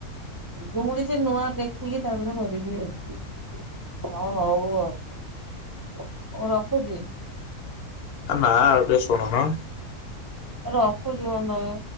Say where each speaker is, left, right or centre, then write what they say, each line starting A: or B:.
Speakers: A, on the right (about 35°); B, on the left (about 75°).
A: ମୁଁ କିଛି ନୂଆ ଦେଖିକି ତାପରେ କରିବି ଆଉ। ହଁ ହଉ ଆଉ। ମୁଁ ରଖୁଛି।
B: ନା ଆଉ ଟିକେ ଶୁଣୁନ।
A: ରଖୁଚି ମ ମୁଁ ଏଇ ଲାଗେ।